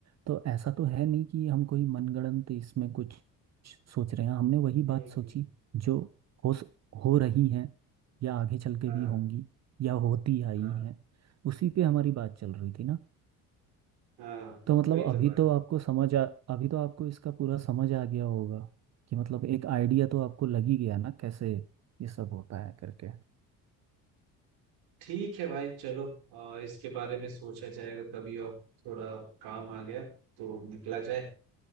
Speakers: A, on the right; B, on the right.
A: तो ऐसा तो है नहीं कि हम कोई मनगढ़ंत इसमें कुछ सोच रहे हैं हमने वही बात
B: हम्म, हम्म,
A: सोची जो हो स- हो रही है या आगे चल के
B: हाँ
A: भी होंगी या होती आई
B: हाँ
A: है उसी पे हमारी बात चल रही थी ना
B: हाँ
A: तो मतलब
B: वही तो
A: अभी
B: बात
A: तो
B: है
A: आपको समझ आ अभी तो आपको इसका पूरा समझ आ गया होगा कि मतलब एक आइडिया तो आपको लग ही गया ना कैसे ये सब होता है करके
B: ठीक है भाई चलो आ, इसके बारे में सोचा जाएगा कभी और थोड़ा काम आ गया तो निकला जाए